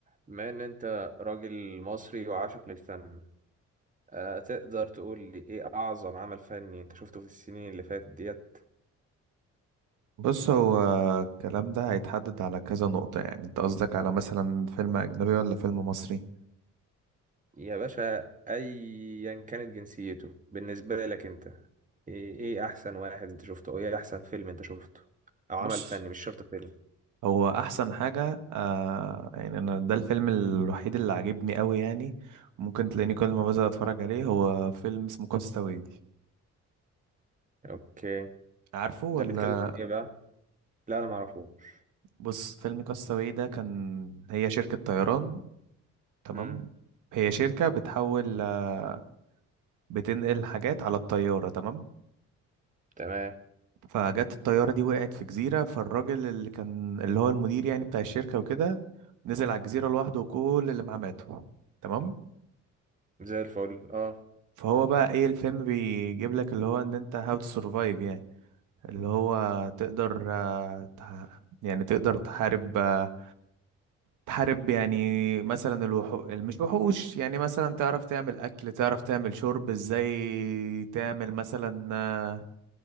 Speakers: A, on the right; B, on the right.
A: بما ان انت راجل مصري وعاشق للفن أه تقدر تقول لي ايه اعظم عمل فني انت شفته في السنين اللي فاتت ديت
B: بص هو الكلام ده هيتحدد على كذا نقطة يعني انت قصدك على مثلا فيلم أجنبي ولا فيلم مصري
A: يا باشا ايا كانت جنسيته بالنسبة لك انت ايه, إيه احسن واحد انت شفته او ايه احسن فيلم انت شفته او عمل
B: بص
A: فني مش شرط فيلم
B: هو أحسن حاجة آه يعني أنا ده الفيلم الوحيد اللي عاجبني أوي يعني ممكن تلاقيني كل ما بزهق أتفرج عليه هو فيلم اسمه كاستاوي
A: اوكي
B: عارفه ولا
A: ده بيتكلم عن ايه بقى لا انا معرفوش
B: بص فيلم كاستاوي ده كان هي شركة طيران تمام
A: امم
B: هي شركة بتحول آه، بتنقل حاجات على الطيارة تمام
A: تمام
B: فجت الطيارة دي وقعت في جزيرة فالراجل اللي كان اللي هو المدير يعني بتاع الشركة وكده نزل على الجزيرة لوحده وكل اللي معاه ماتوا تمام
A: زي الفل اه
B: فهو بقى ايه الفيلم بيجيب لك اللي هو ان انت هاو تو سرفايف يعني اللي هو تقدر آه، تح... يعني تقدر تحارب آه، تحارب يعني مثلا الوحوش مش وحوش يعني مثلا تعرف تعمل أكل تعرف تعمل شرب ازاي تعمل مثلا آه،